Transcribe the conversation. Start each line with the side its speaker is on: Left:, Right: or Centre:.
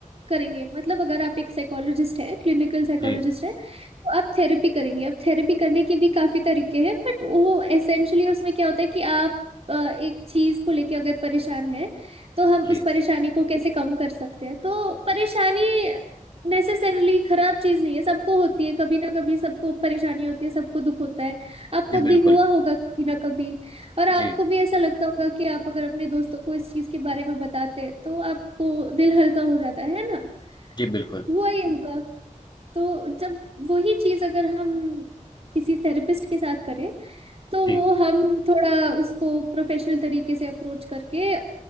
Right: करेंगे मतलब अगर आप एक साइकोलॉजिस्ट हैं क्लिनिकल साइकोलॉजिस्ट
Left: जी
Right: हैं तो आप थेरेपी करेंगे अब थेरेपी करने के भी काफी तरीके हैं बट वो एसेंशली उसमें क्या होता है कि आप अ, एक चीज को लेके अगर परेशान है तो हम
Left: जी
Right: उस परेशानी को कैसे कम कर सकते हैं तो परेशानी नेसेसरीली खराब चीज नहीं है सबको होती है कभी ना कभी सबको परेशानी होती है सबको दुख होता है आपको
Left: जी बिल्कुल
Right: भी हुआ होगा कभी ना कभी और आपको
Left: जी
Right: भी ऐसा लगता होगा कि आप अगर अपने दोस्तों को इस चीज के बारे में बताते तो आपको दिल हल्का हो जाता है है ना
Left: जी बिल्कुल
Right: हुआ ही होगा तो जब वही चीज अगर हम किसी थेरेपिस्ट के साथ करें तो
Left: जी
Right: वो हम थोड़ा उसको प्रोफेशनल तरीके से अप्रोच करके